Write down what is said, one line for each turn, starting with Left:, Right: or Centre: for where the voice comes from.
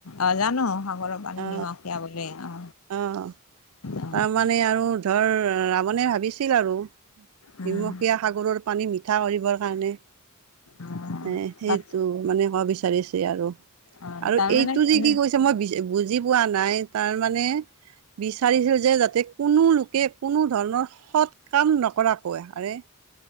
Left: অ' জানো সাগৰৰ পানী
Right: অ
Left: নিমখীয়া বুলি অ'।
Right: অ',
Left: অ
Right: তাৰমানে আৰু ধৰ ৰাৱণে ভাবিছিল আৰু!
Left: উম
Right: নিমখীয়া সাগৰৰ পানী মিঠা কৰিবৰ কাৰণে।
Left: অ
Right: এ-সেইটো
Left: তাত
Right: মানে ক'ব বিচাৰিছে আৰু!
Left: অ
Right: আৰু
Left: তাৰমানে
Right: এইটো যে
Left: এনে
Right: কি কৈছে মই বুজি পোৱা নাই, তাৰমানে বিচাৰিছিল যে যাতে, কোনো লোকে কোনোধৰণৰ সৎ কাম নকৰাকৈ। আৰে